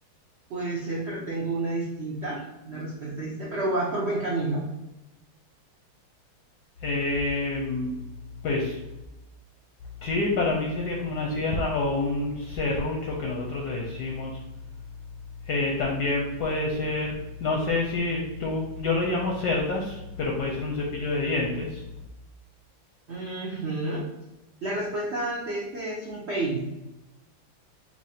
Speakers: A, on the right (about 90°); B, on the left (about 70°).
A: puede ser, pero tengo una distinta, una respuesta distinta, pero vas por buen camino.
B: eh, pues sí, para mí sería como una sierra o un serrucho que nosotros le decimos. Eh, también puede ser, no sé si tú, yo lo llamo cerdas, pero puede ser un cepillo de dientes,
A: Ujú. La respuesta ante este es un peine,